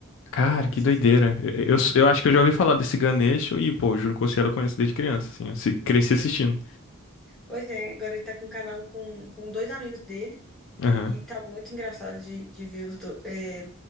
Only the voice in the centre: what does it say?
Eu
esqueci
o
nome dele.
Pois é, agora ele tá com um canal com, com dois amigos dele.
E tá muito engraçado de, de ver os do- eh,